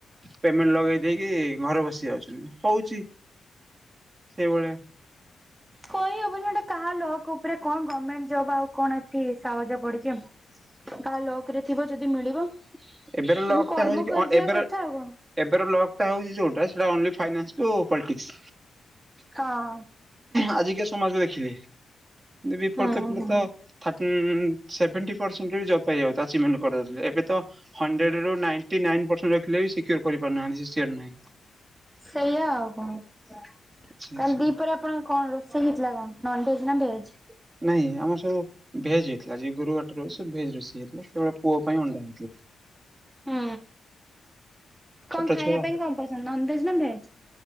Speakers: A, on the right; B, on the right.
A: ପେମେଣ୍ଟ ଲଗେଇ ଦେଇକି ଘରେ ବସି ଯାଉଛନ୍ତି ହଉଛି ସେଇଭଳିଆ।
B: କହିହବନି ଗଟ କାହା ଲ ଉପରେ କଣ ଗଭର୍ଣମେଣ୍ଟ, ଜବ ଆଉ କଣ ଏ ସାହାଯ୍ୟ ପଡିଛି କାହା ଲକ ରେ ଥିବ ଯଦି ମିଳିବ
A: ଏବେର ଲଗ
B: ମୁଁ କର୍ମ
A: ଟ ହଉଛି କି
B: କରିଯିବା
A: ଏବେ
B: କଥା ଆଉ କଣ
A: ଏବେ ଲଗ ଟା ହଉଛି, ଯୋଉଟା ସେଟାନ୍ଲି ଫାଇନାନ୍ସସ
B: ହଁ।
A: ଆଜିିକ ସମାଜକୁ ଦେଖିଲି ବିଫୋର୍
B: ହଁ
A: ତ ପିଲା
B: ହଁ।
A: ତ ଉ ସେଭେଣ୍ଟି ପରସେଣ୍ଟରେ ବି ଜବ୍ ପାଇଯାଉଛି, ଆଚିଭମେଣ୍ଟ କରିଦେଉଥିଲେ ଏବେ ତ ହଣ୍ଡେଡ ର ନାଇ ନ ରଖିଲେ କରିପାରୁନାହାନ୍ତି, <unintelligible>
B: ସେଆ ଆଉ କଣ? ତାହଲେ
A: ଆଚ୍ଛା ଆଚ୍ଛା
B: ଦି ପରେ ଆପଣଙ୍କ କଣ ରୋଷେଇ ହେଇଥିଲା କଣ ନନ ଭେଜ ନା ଭେଜ?
A: ନାଇଁ ଆମର ସବୁ ଭେଜ ଥିଲା ଯେ ଗୁରୁ ବାଟ ରଷଭେଜ ରୋଷେଇ ହେଇଥିଲା କେଳେ ପୁଅ ପାଇଁ ଅଣ୍ଡା ହେଇଥିଲା।
B: ହଁ
A: ଛୋଟ
B: କଣ ଖାଇବା
A: ଛୁଆ
B: ପାଇଁ କଣ ପସନ୍ଦ ନନ ଭେଜ ନା ଭେଜ?